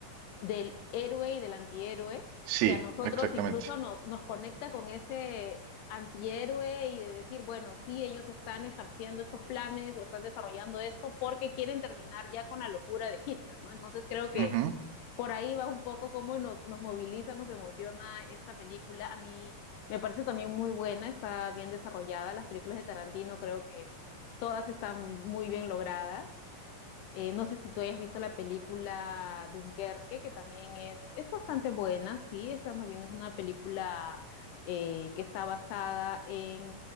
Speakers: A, on the left (about 80°); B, on the right (about 75°).
A: del héroe y del antihéroe,
B: sí,
A: que a nosotros
B: exactamente.
A: incluso nos, nos conecta con ese antihéroe y de decir, bueno, sí, ellos están ejerciendo estos planes o están desarrollando esto porque quieren terminar ya con la locura de Hitler, ¿no? Entonces creo que
B: Ujú.
A: por ahí va un poco cómo nos, nos moviliza, nos emociona esta película. A mí me parece también muy buena, está bien desarrollada. Las películas de Tarantino creo que todas están muy bien logradas. Eh, no sé si tú hayas visto la película Dunkerque, que también es, es bastante buena, sí, esa más bien es una película eh, que está basada en